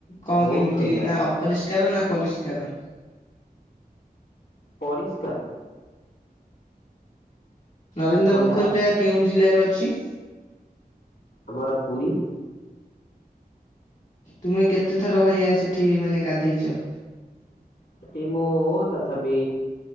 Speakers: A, on the left; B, on the left.
A: କଣ
B: ବହୁତ
A: କେମିତି?
B: ଥଣ୍ଡା
A: ନା ଅପରିଷ୍କାର ନା ପରିଷ୍କାର।
B: ପରିଷ୍କାର।
A: ନରେନ୍ଦ୍ର
B: ଥଣ୍ଡା
A: ପୋଖରୀ ଟା କେଉଁ ଜିଲ୍ଲାରେ ଅଛି?
B: ଆମର ପୁରୀ।
A: ତୁମେ କେତେ ଥର ଭଳିଆ ସେଠି ମାନେ ଗାଧେଇଛ?
B: ସେଟି ମୁଁ ତଥା ପି